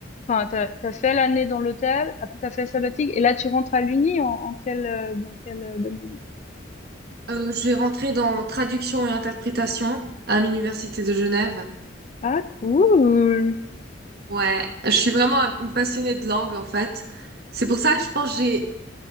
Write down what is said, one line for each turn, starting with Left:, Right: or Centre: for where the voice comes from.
Left: enfin, t'as, t'as fait l'année dans l'hôtel, après, t'as fait le sabbatique, et là, tu rentres à l'Uni en, en quel, euh, dans quel euh, domaine?
Right: Euh, je vais rentrer dans traduction et interprétation à l'université de Genève.
Left: Ah, cool!
Right: Ouais, je suis vraiment un- une passionnée de langue en fait. C'est pour ça, je pense, que j'ai